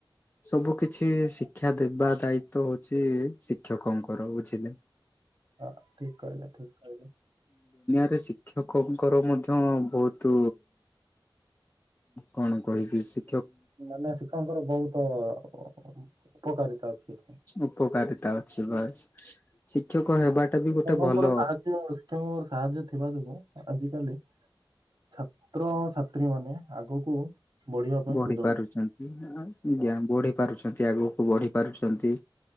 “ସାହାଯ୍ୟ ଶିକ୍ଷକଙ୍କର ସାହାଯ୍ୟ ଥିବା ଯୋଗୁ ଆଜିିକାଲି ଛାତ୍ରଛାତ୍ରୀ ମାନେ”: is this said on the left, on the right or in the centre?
Right